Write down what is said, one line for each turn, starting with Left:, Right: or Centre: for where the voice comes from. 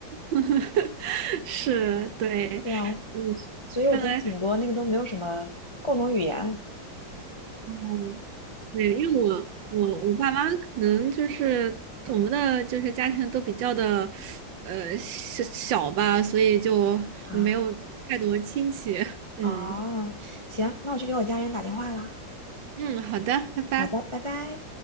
Right: <laughs> 是，对，
Left: 对啊，
Right: 嗯，
Left: 所以我跟挺多那个都没有什么共同语言
Right: 看来。嗯。对，因为我我我爸妈可能就是我们的就是家庭都比较的呃小小吧，所以就没有太多亲戚。
Left: 啊。
Right: 嗯
Left: 哦，行，那我去给我家人打电话啦。
Right: 嗯，好的，拜拜。
Left: 好的，拜拜。